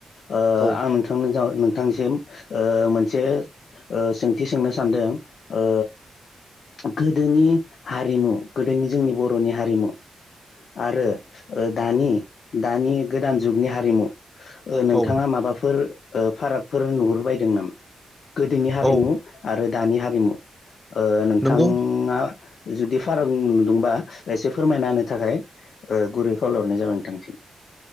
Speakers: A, on the left; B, in the centre.
A: ओ
B: औ
A: नोंथां <unintelligible> ओ नोंथांनिसिम मोनसे। ओ सोंथि सोंनो सानदों ओ गोदोनि। हारिमु गोदोनि जोंनि बर'नि हारिमु। आरो ओ दानि दानि गोदान जुगनि हारिमु। ओ नोंथाङा
B: औ
A: माबाफोर ओ फारागफोर नुहुरबायदों नामा। गोदोनि हारिमु
B: औ
A: आरो दानि हारिमु ओ नोंथां
B: नंगौ
A: आ। जुदि फाराग नुदोंबा एसे फोरमायना होनो थाखाय ओ गुरै खावलायहरनाय जाबाय नोंथांनिसिम।